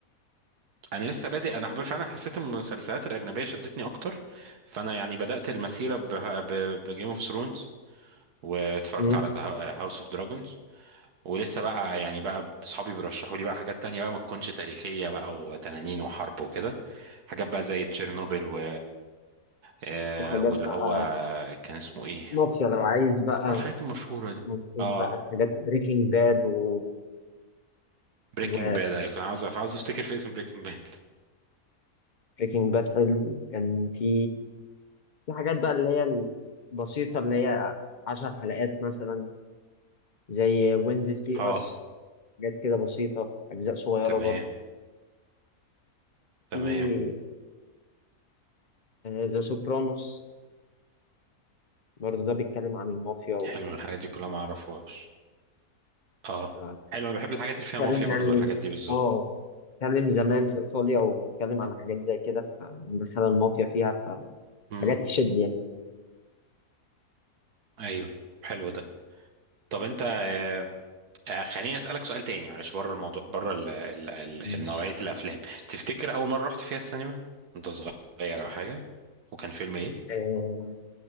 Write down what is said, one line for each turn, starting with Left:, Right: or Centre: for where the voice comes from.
Right: انا لسه بادئ انا حب- فعلا حسيت ان المسلسلات الاجنبيه شدتني اكتر فانا يعني بدات المسيره بجيم اوف ثرونز واتفرجت
Left: مم.
Right: على هاوس اوف دراجونز ولسه بقى يعني بقى اصحابي بيرشحوا لي بقى حاجات تانية بقى ما تكونش تاريخيه بقى وتنانين وحرب وكده حاجات بقى زي تشيرنوبل و آه،
Left: في حاجات
Right: واللي
Left: بقى
Right: هو كان اسمه ايه
Left: مافيا لو عايز بقى
Right: اه الحاجات المشهوره دي
Left: ممكن
Right: اه
Left: بقى الحاجات بريكنج باد و
Right: بريكنج
Left: و
Right: باد ايوه عاوز عاوز افتكر في اسم بريكنج باد
Left: بريكنج باد حلو كان في في حاجات بقى اللي هي البسيطة اللي هي عشر حلقات مثلا زي وينزلي سي
Right: اه
Left: أس حاجات كده بسيطة أجزاء صغيرة
Right: تمام
Left: برضو
Right: تمام
Left: في ذا سوبرانوس برضه ده بيتكلم عن المافيا و...
Right: حلو الحاجات دي كلها ما اعرفهاش اه
Left: ف-
Right: حلو انا بحب الحاجات اللي فيها
Left: بيتكلم
Right: مافيا
Left: يعني
Right: برضو والحاجات دي بالظبط
Left: اه بيتكلم زمان في إيطاليا وبتتكلم عن حاجات زي كده فدخل المافيا فيها فحاجات
Right: امم
Left: تشد يعني
Right: ايوه حلو ده طب انت آه آه، خليني اسالك سؤال تاني معلش بره الموضوع بره ال- ال- ال-
Left: ماشي
Right: ال- نوعيه الافلام تفتكر اول مره رحت فيها السينما انت صغير او حاجه وكان فيلم ايه
Left: آه،